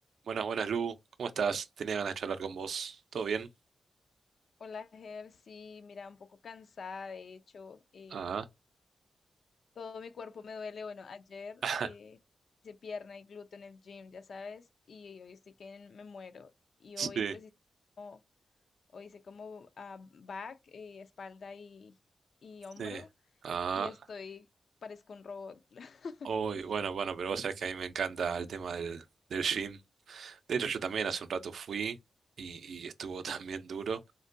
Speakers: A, on the right; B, on the left.
A: Buenas, buenas, Lu. ¿Cómo estás? Tenía ganas de charlar con vos. ¿Todo bien?
B: Hola, Ger, sí, mira, un poco cansada, de hecho, em,
A: Ah,
B: todo mi cuerpo me duele. Bueno, ayer
A: <laughs>
B: eh, hice pierna y glúteo en el gym, ya sabes, y hoy estoy que me muero. Y
A: sí,
B: hoy pues hice como, hoy hice como ah, back, eh, espalda y, y hombro,
A: sí. Ah,
B: y estoy, parezco un robot. <laughs>
A: uy,
B: Estoy-
A: bueno, bueno, pero vos sabés que a mí me encanta el tema del, del gym. De hecho, yo también hace un rato fui y, y estuvo <laughs> también duro.